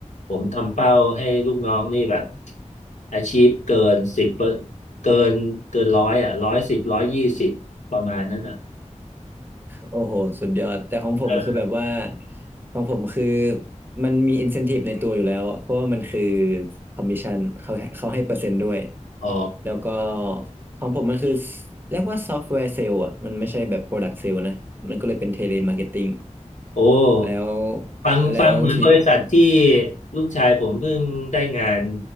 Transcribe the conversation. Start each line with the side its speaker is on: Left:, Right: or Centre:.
Left: ผมทำเป้าให้ลูกน้องนี่แบบ achieve เกินสิบเกินเกินร้อยอ่ะร้อยสิบร้อยยี่สิบประมาณนั้นอ่ะ
Right: โอ้โหสุดยอดแต่ของผมคือแบบว่า
Left: เออ
Right: ของผมคือมันมี incentive ในตัวอยู่แล้วเพราะว่ามันคือ commission เขาเขาให้เปอร์เซ็นต์ด้วย
Left: อ๋อ
Right: แล้วก็ของผมมันคือเรียกว่าซอฟต์แวร์เซลล์อ่ะมันไม่ใช่แบบ product sale นะมันก็เลยเป็นเทเลมาร์เก็ตติ้ง
Left: โอ้
Right: แล้ว
Left: ฟังฟังเหมือนบริษัทที่
Right: แล้วที่
Left: ลูกชายผมเพิ่งได้งาน